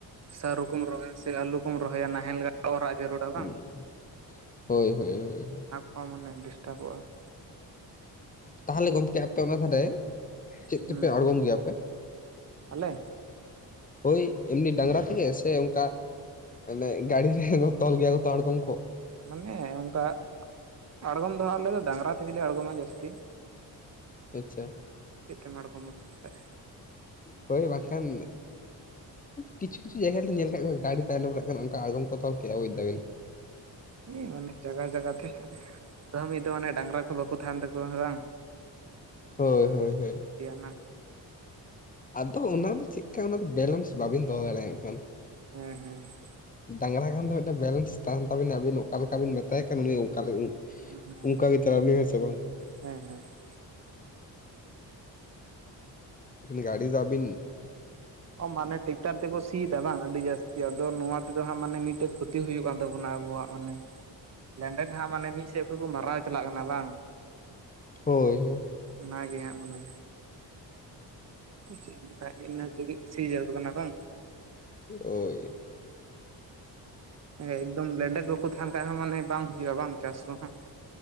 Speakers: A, on the right (about 35°); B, on the left (about 20°).
A: ᱥᱟᱹᱨᱩ ᱠᱚᱢ ᱨᱚᱦᱚᱭᱟ ᱥᱮ ᱟᱞᱩ ᱠᱚᱢ ᱨᱚᱦᱚᱭᱼᱟ ᱱᱟᱦᱮᱞ ᱚᱨᱟᱜ ᱡᱟᱹᱨᱩᱲᱟ
B: ᱦᱩᱸ
A: ᱵᱟᱝ
B: ᱦᱳᱭ ᱦᱳᱭ ᱦᱳᱭ ᱾
A: ᱦᱚᱸ ᱢᱟᱱᱮ ᱰᱤᱥᱴᱟᱵᱚᱜᱼᱟ ᱾
B: ᱛᱟᱦᱟᱞᱮ ᱜᱚᱢᱠᱮ ᱟᱯᱮ ᱚᱱᱟ ᱫᱷᱟᱨᱮ ᱪᱮᱜ
A: ᱦᱩᱸ
B: ᱛᱮᱯᱮ ᱟᱬᱜᱚᱢ ᱜᱮᱭᱟ ᱟᱯᱮ?
A: ᱟᱞᱮ
B: ᱦᱳᱭ ᱮᱢᱱᱤ ᱰᱟᱝᱨᱟ ᱛᱮᱜᱮ ᱥᱮ ᱚᱝᱠᱟ ᱢᱟᱱᱮ ᱜᱟᱹᱲᱤ ᱨᱮ ᱛᱚᱞ ᱜᱮᱭᱟ ᱠᱚᱛᱚ ᱟᱬᱜᱟᱢ ᱠᱚ ᱾
A: ᱢᱟᱱᱮ ᱚᱝᱠᱟ ᱟᱬᱜᱚᱢ ᱫᱚ ᱦᱟᱸᱜ ᱟᱞᱮ ᱫᱚ ᱰᱟᱝᱨᱟ ᱛᱮᱜᱮ ᱞᱮ ᱟᱬᱜᱚᱢᱟ ᱡᱟᱹᱥᱛᱤ ᱾
B: ᱟᱪᱪᱷᱟ ᱾
A: ᱪᱮᱫ ᱛᱮᱢ ᱟᱬᱜᱚᱢᱟ ᱵᱟᱠᱷᱟᱡ?
B: ᱦᱳᱭ ᱵᱟᱝ ᱠᱷᱟᱱ ᱠᱤᱪᱷᱩ ᱠᱤᱪᱷᱩ ᱡᱟᱭᱜᱟ ᱞᱤᱧ ᱧᱮᱞ ᱠᱟᱜ ᱠᱚ, ᱜᱟᱲᱤ ᱛᱟᱭᱱᱚᱢ ᱨᱮ ᱠᱷᱟᱱ ᱚᱱᱠᱟ ᱟᱬᱜᱚᱢ ᱠᱚ ᱛᱚᱞ ᱠᱮᱜ-ᱟ, ᱵᱩᱡᱽ ᱫᱟᱵᱤᱱ ᱾
A: ᱦᱮᱸ ᱢᱟᱱᱮ ᱡᱟᱜᱟ ᱡᱟᱜᱟ ᱛᱮ ᱛᱟ ᱢᱤᱫ ᱫᱚᱢ ᱚᱱᱮ ᱰᱟᱝᱨᱟ ᱠᱚ ᱵᱟᱠᱚ ᱛᱟᱦᱮᱱ ᱛᱟᱠᱚᱣᱟ ᱥᱮ ᱵᱟᱝ ᱾
B: ᱦᱳᱭ ᱦᱳᱭ ᱦᱳᱭ ᱾
A: ᱛᱤᱭᱟᱹ ᱱᱟ
B: ᱟᱫᱚ ᱚᱱᱟᱫᱚ ᱪᱮᱫ ᱠᱟ ᱚᱱᱟᱫᱚ ᱵᱮᱞᱮᱱᱥ ᱵᱟᱵᱤᱱ ᱫᱚᱦᱚ ᱫᱟᱲᱮᱭᱟᱜ ᱠᱷᱟᱱ ᱾
A: ᱦᱮᱸ ᱦᱮᱸ ᱾
B: ᱰᱟᱝᱨᱟ ᱠᱷᱟᱱ ᱫᱚ ᱢᱤᱫᱴᱮᱱ ᱵᱮᱞᱮᱱᱥ ᱛᱟᱦᱮᱱ ᱛᱟᱵᱤᱱᱟ ᱾ ᱟᱵᱤᱱ ᱚᱠᱟ ᱞᱮᱠᱟ ᱵᱤᱱ ᱢᱮᱛᱟᱭ ᱠᱟᱱ ᱩᱱᱤ ᱚᱝᱠᱟ
A: ᱦᱩᱸ ᱦᱩᱸ
B: ᱩᱝᱠᱟ ᱜᱤ ᱪᱟᱞᱟᱜ ᱟᱹᱵᱤᱱ ᱦᱮ ᱥᱮ ᱵᱟᱝ?
A: ᱦᱮᱸ ᱦᱮᱸ ᱾
B: ᱩᱱᱤ ᱜᱟᱹᱲᱤ ᱫᱚ ᱟᱵᱤᱱ
A: ᱚ ᱢᱟᱱᱮ ᱴᱮᱠᱴᱟᱨ ᱛᱮᱠᱚ ᱥᱤ ᱛᱮ ᱵᱟᱝ ᱟᱹᱰᱤ ᱡᱟᱹᱥᱛᱤ ᱾ ᱟᱫᱚ ᱱᱚᱣᱟ ᱛᱮᱫᱚ ᱦᱟᱸᱜ ᱢᱟᱱᱮ ᱢᱤᱫᱴᱮᱡ ᱠᱷᱚᱛᱤ ᱦᱩᱭᱩᱜ-ᱟ ᱾ ᱟᱫᱚ ᱚᱱᱟ ᱟᱵᱚᱣᱟᱜ ᱢᱟᱱᱮ ᱼᱼ ᱞᱮᱱᱰᱮᱫ ᱦᱟᱸᱜ ᱢᱟᱱᱮ ᱢᱤᱫ ᱫᱚᱠᱚ ᱢᱟᱨᱟᱣ ᱪᱟᱞᱟᱜ ᱠᱟᱱᱟ ᱵᱟᱝ?
B: ᱦᱳᱭ ᱦᱳᱭᱼᱼ
A: ᱚᱱᱟᱜᱮ ᱦᱟᱸᱜ ᱢᱟᱱᱮ ᱪᱮᱫ ᱮ <unintelligible> ᱢ ᱢᱮᱱᱟ, <unintelligible> ᱠᱟᱱᱟ ᱠᱟᱝ?
B: ᱦᱳᱭᱼᱼ
A: ᱮᱠᱫᱚᱢ ᱞᱮᱸᱰᱮᱫ ᱵᱟᱠᱚ ᱛᱟᱦᱮᱱ ᱠᱷᱟᱡ ᱦᱚᱸ ᱢᱟᱱᱮ ᱵᱟᱝ ᱦᱩᱭᱩᱜᱼᱟ ᱵᱟᱝ, ᱪᱟᱥ ᱠᱚᱦᱚᱸ?